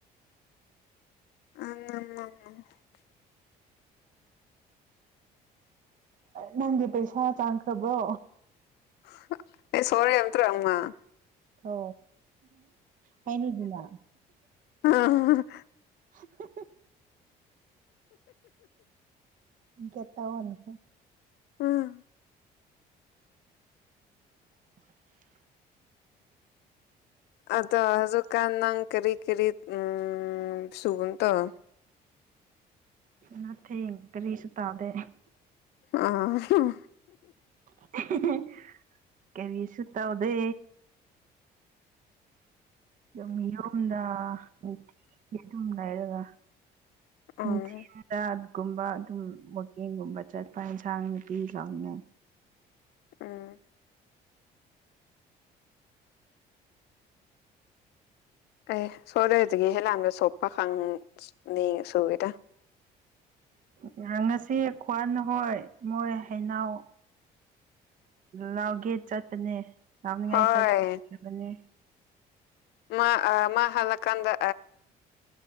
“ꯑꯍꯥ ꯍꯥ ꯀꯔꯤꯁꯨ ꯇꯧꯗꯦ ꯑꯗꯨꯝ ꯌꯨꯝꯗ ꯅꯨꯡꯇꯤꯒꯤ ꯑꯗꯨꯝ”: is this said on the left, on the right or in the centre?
Right